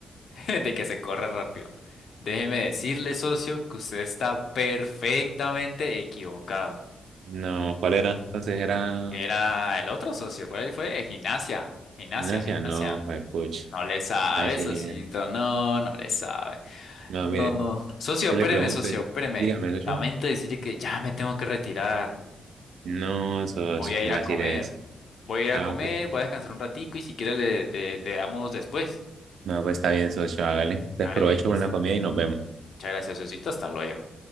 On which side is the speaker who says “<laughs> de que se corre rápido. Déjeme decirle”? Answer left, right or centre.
Left